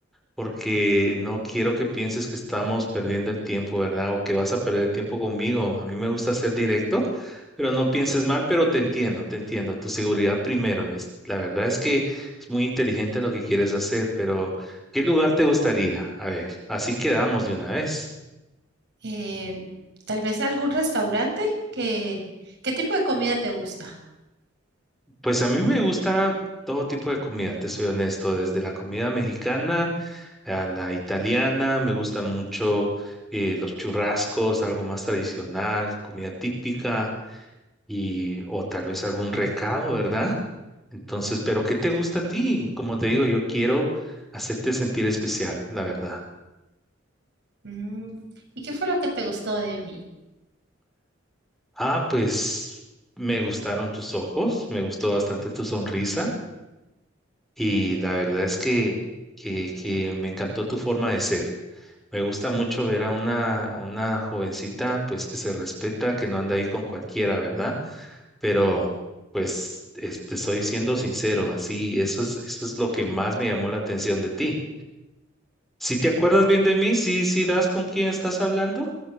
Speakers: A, in the centre; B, on the right.
A: porque no quiero que pienses que estamos perdiendo el tiempo, ¿verdad? O que vas a perder el tiempo conmigo. A mí me gusta ser directo, pero no pienses mal, pero te entiendo, te entiendo. Tu seguridad primero es, la verdad es que es muy inteligente lo que quieres hacer, pero ¿qué lugar te gustaría? A ver, así quedamos de una vez.
B: Eh, tal vez algún restaurante qué ¿qué tipo de comida te gusta?
A: Pues a mí me gusta todo tipo de comida, te soy honesto, desde la comida mexicana a la italiana, me gustan mucho eh, los churrascos, algo más tradicional, comida típica y o tal vez algún recado, ¿verdad? Entonces, pero ¿qué te gusta a ti? Como te digo, yo quiero hacerte sentir especial, la verdad.
B: Mm, ¿y qué fue lo que te gustó de mí?
A: Ah, pues me gustaron tus ojos, me gustó bastante tu sonrisa y la verdad es que, que, que me encantó tu forma de ser. Me gusta mucho ver a una, a una jovencita, pues que se respeta, que no anda ahí con cualquiera, ¿verdad? Pero, pues, es- te estoy siendo sincero, así, eso es, eso es lo que más me llamó la atención de ti. Si te acuerdas
B: Ok.
A: bien de mí, sí, sí das con quién estás hablando.